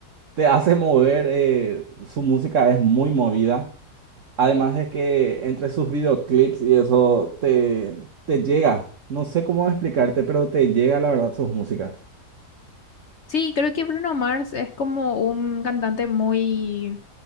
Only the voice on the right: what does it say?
te hace mover. eh, su música es muy movida. Además de que entre sus videoclips y eso te, te llega. No sé cómo explicarte, pero te llega la verdad sus músicas.